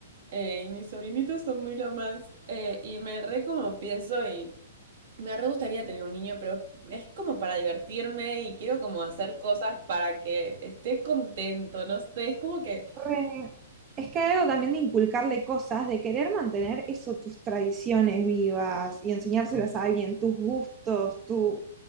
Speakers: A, on the right; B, on the right.
A: eh, y mis sobrinitos son muy lo más. eh, y me re como pienso y me re gustaría tener un niño, pero es como para divertirme y quiero como hacer cosas para que esté contento, no sé, es como que
B: Re- Es que hay algo también de inculcarle cosas, de querer mantener eso, tus tradiciones vivas y enseñárselas a alguien, tus gustos, tu...